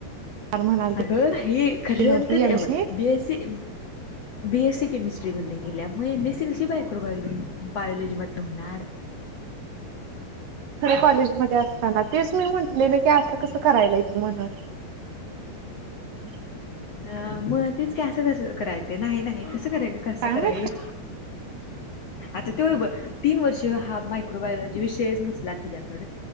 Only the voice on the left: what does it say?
अग ह खरंत
तेव
BSc BSc chemistry म्हणणे ह म मेसशी बायकोबा बायोलॉजी मधून होणार
ह मग तेच कसं कस करायच नाही नाही तसं कराय कसं
कराईल
आता ते तीन वर्ष हा मायक्रोबायोलॉजी विषयच नसला तिच्याकड